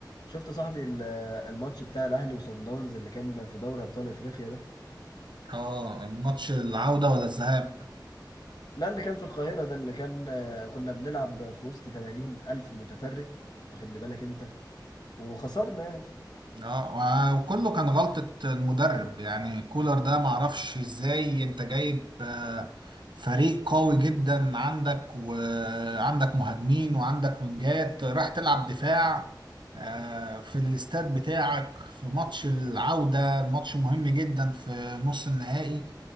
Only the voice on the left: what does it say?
شفت صاحبي ال- الماتش بتاع الاهلي وصن داونز اللي كان في دوري ابطال افريقيا ده
لا اللي كان في القاهره ده اللي كان آه، كنا بنلعب في وسط 80 الف متفرج واخد لي بالك انت وخسرنا يعني